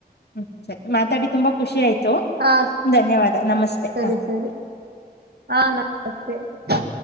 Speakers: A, on the left; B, on the right.
A: ಹ್ಮ ಸರಿ ಮಾತಾಡಿ ತುಂಬಾ ಖುಷಿ ಆಯ್ತು
B: ಹಾ
A: ಧನ್ಯವಾದ ನಮಸ್ತೆ
B: ಸರಿ
A: ಹ
B: ಸರಿ ಹಾ ನ ಓಕೆ ಹಾ